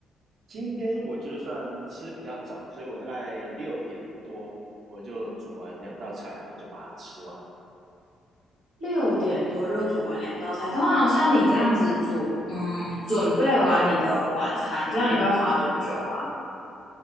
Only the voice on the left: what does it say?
六点多就煮完两道菜。通常像你这样子煮，嗯，准备完你的晚餐，这样你会花多久啊？